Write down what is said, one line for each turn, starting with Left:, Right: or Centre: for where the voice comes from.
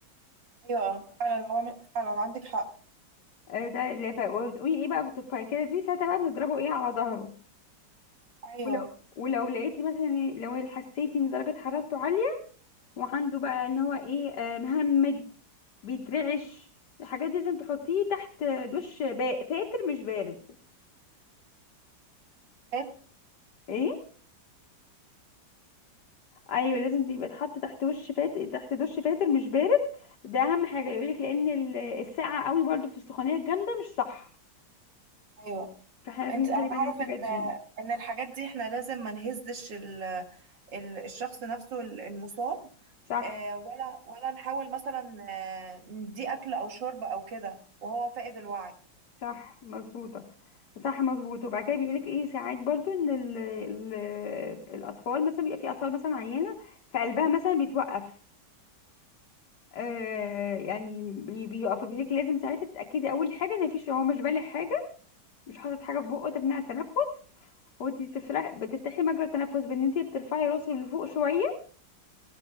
Right: ايوه فعلا هو فعلا عندك حق
Left: آه، ده اللي ف- وتقولي ايه بقى بالتفاية كده دي ساعتها بقى بنضربه ايه على ظهره
Right: ايوه
Left: ولو ولو لقيتي مثلا إيه، لو حسيتي ان درجة حرارته عالية وعنده بقى ان هو ايه آه، مهمد بيترعش الحاجات دي لازم تحطيه تحت دش با- فاتر مش بارد
Right: فات-
Left: ايه ايوه لازم يبقى يتحط تحت وش فاتر تحت دش فاتر مش بارد ده اهم حاجه يقولك لان ال- السقعه قوي برضو في السخونيه الجامده مش صح
Right: ايوه
Left: فاحنا لازم
Right: انت
Left: نخلي
Right: انا
Left: بالنا
Right: اعرف
Left: من الحاجات
Right: ان
Left: دي
Right: ان الحاجات دي احنا لازم ما نهزش ال- الشخص نفسه ال- المصاب
Left: صح
Right: آه، ولا ولا نحاول مثلا آه، نديه اكل او شرب او كده وهو فاقد الوعي
Left: صح مظبوطه صح مظبوط وبعد كده بيقولك ايه ساعات برضو ان ال ال الاطفال مثلا بيبقى في اطفال مثلا عيانه فقلبها مثلا بيتوقف آه يعني بي- بيقف بيقولك لازم ساعتها تتاكدي اول حاجه ان مفيش هو مش بالغ حاجه مش حاطط حاجه في بقه تمنع التنفس وانت تفرح بتفتحي مجرى التنفس بان انت بترفعي راسه لفوق شويه